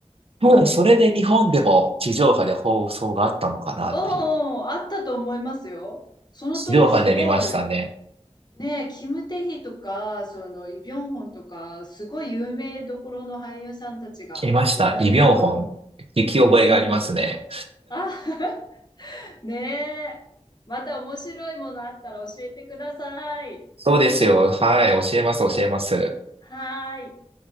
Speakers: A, on the right (about 55°); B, on the left (about 40°).
A: 多分それで日本でも地上波で放送があったのかなっていう。
B: うんうん、あったと思いますよ。その当時すごい
A: 地上波で見ましたね。
B: ねえ、キム・テヒとか、その、イ・ビョンホンとか、すごい有名どころの俳優さんたちがいっぱいいたと。
A: 見ました。イ・ビョンホン。聞き覚えがありますね。
B: うんうん。あ、<laughs> ねえ。また面白いものあったら教えてください。
A: そうですよ。はい。教えます、教えます。
B: はーい。